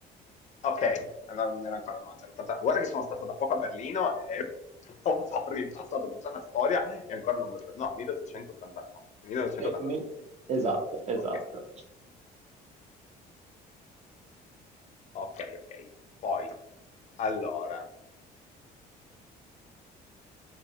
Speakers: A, on the left; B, on the right.
A: Ok, allora non era ancora 90, 80. Guarda che sono stato da poco a Berlino e <laughs> ho ripassato tutta la storia e ancora non mi ricordo. No, 1889. 1989,
B: E mi-
A: sì, sì, sì.
B: Esatto, esatto.
A: Ok, ok, ok. Poi, allora.